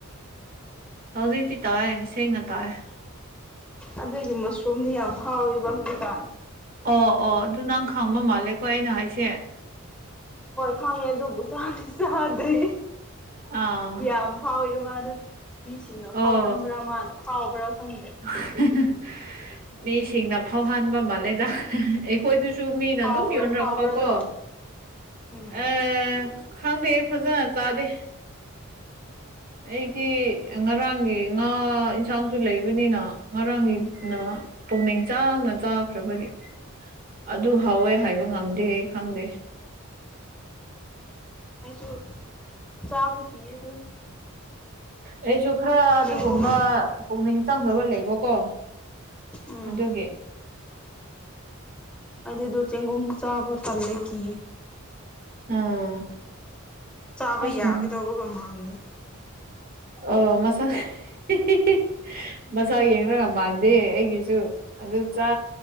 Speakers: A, on the right; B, in the centre.
A: ꯍꯧꯖꯤꯛꯇꯤ ꯇꯥꯏꯌꯦ ꯁꯦꯡꯅ ꯇꯥꯏꯌꯦ
B: ꯑꯗꯨꯏꯗꯤ ꯃꯨꯁꯔꯨꯝꯗꯤ ꯌꯥꯝ ꯍꯥꯎꯋꯦꯕ ꯍꯧꯖꯤꯛꯀꯥꯟ
A: ꯑꯣ ꯑꯣ ꯑꯗꯨ ꯅꯪ ꯈꯥꯡꯕ ꯃꯥꯜꯂꯦꯀꯣ ꯑꯩꯅ ꯍꯥꯏꯁꯦ
B: ꯍꯣꯏ ꯈꯪꯉꯦ ꯑꯗꯨꯕꯨ ꯆꯥꯗꯤ ꯆꯥꯗ꯭ꯔꯤ
A: ꯑꯥ
B: ꯌꯥꯝ ꯐꯥꯎꯋꯦ ꯃꯥꯗꯣ ꯃꯤꯁꯤꯡꯅ ꯐꯥꯎꯍꯟꯕ꯭ꯔꯥ
A: ꯑꯣ
B: ꯃꯥꯅ ꯐꯥꯎꯕ꯭ꯔꯥ ꯈꯪꯗꯦ
A: <unintelligible> ꯃꯤꯁꯤꯡꯅ ꯐꯥꯎꯍꯟꯕ ꯃꯥꯜꯂꯦꯗ ꯑꯩꯈꯣꯏꯗꯨꯁꯨ ꯃꯤꯅ
B: ꯍꯥꯎꯕ꯭ꯔꯥ
A: ꯑꯗꯨꯝ ꯌꯣꯟꯔꯛꯄ
B: ꯍꯥꯎꯕ꯭ꯔꯥꯗꯣ
A: ꯀꯣ
B: ꯎꯝ
A: ꯑꯥ ꯈꯪꯗꯦ ꯐꯖꯅ ꯆꯥꯗꯦ ꯑꯩꯗꯤ ꯉꯔꯥꯡꯒꯤ ꯉꯥ ꯏꯟꯁꯥꯡꯁꯨ ꯂꯩꯕꯅꯤꯅ ꯉꯔꯥꯡꯒꯤꯅ ꯄꯨꯛꯅꯤꯡ ꯆꯥꯡꯅ ꯆꯥꯈ꯭ꯔꯕꯒꯤ ꯑꯗꯨ ꯍꯥꯎꯋꯦ ꯍꯥꯏꯕ ꯉꯝꯗꯦ ꯈꯪꯗꯦ
B: ꯑꯩꯁꯨ ꯆꯥꯕ ꯀꯤꯌꯦ ꯗꯨꯝ
A: ꯑꯩꯁꯨ ꯈꯔ ꯑꯗꯨꯒꯨꯝꯕ
B: ꯆꯦꯡꯒꯨꯝꯗꯣ
A: ꯄꯨꯛꯅꯤꯡ ꯆꯪꯅꯕ ꯂꯩꯕꯀꯣ
B: ꯎꯝ
A: ꯑꯗꯨꯒꯤ
B: ꯑꯩꯗꯤ ꯑꯗꯨ ꯆꯦꯡꯒꯨꯝꯗꯣ ꯆꯥꯕꯣ ꯇꯜꯂꯦ ꯀꯤꯌꯦ
A: ꯎꯝ
B: ꯆꯥꯕ
A: ꯑꯁ
B: ꯌꯥꯒꯤꯗꯧꯕꯒ ꯃꯥꯟꯗꯦ
A: ꯑꯣ ꯃꯁꯥ <unintelligible> ꯃꯁꯥ ꯌꯦꯡꯔꯒ ꯃꯥꯟ ꯗꯦ ꯑꯩꯒꯤꯁꯨ ꯑꯗꯨ ꯆꯥ